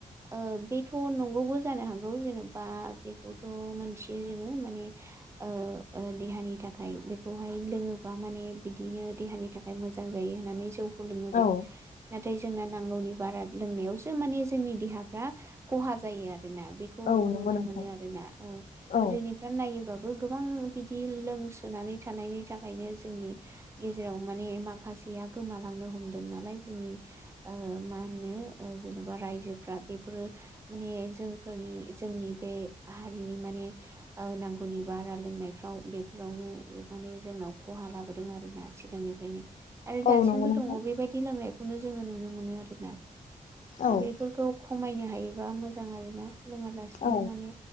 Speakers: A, on the right (about 20°); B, on the left (about 65°).
A: ओ बेथ' नंगौबो जानो हागौ जेन'बा बेखौथ' मोनथियो जोङो माने ओ ओ देहानि थाखाय बेखौहाय लोङोबा माने बिदिनो देहानि थाखाय मोजां जायो होननानै जौ खौ लोङोबा
B: औ
A: नाथाय जोंना नांगौनि बारा लोंनायावसो माने जोंनि देहा फ्रा खहा जायो आरो ना बेखौ
B: औ नंगौ
A: नुनो
B: नोंथां
A: मोनो आरो ना ओ
B: औ
A: गोदोनिफ्राय नायोबाबो गोबां बिदि लोंसोनानै थानायनि थाखायनो जोंनि गेजेराव माने माखासेया गोमालांनो हमदों नालाय जोंनि ओ मा होनो ओ जेन'बा रायजोफ्रा बेफोरो माने जोंफोरनि जोंनि बे हारिनि माने ओ नांगौनि बारा लोंनायफ्राव बेफोरावनो माने जोंनाव खहा लाबोदों आर ना। सिगांनिफ्रायनो आरो
B: औ
A: दासिमबो
B: नंगौ नोंथां
A: दङ बेबायदि लोंनायखौनो जोङो नुनो मोनो आरोना दा
B: औ
A: बेफोर खमायनो हायोबा मोजां आरोना लोङालासेनो
B: औ
A: माने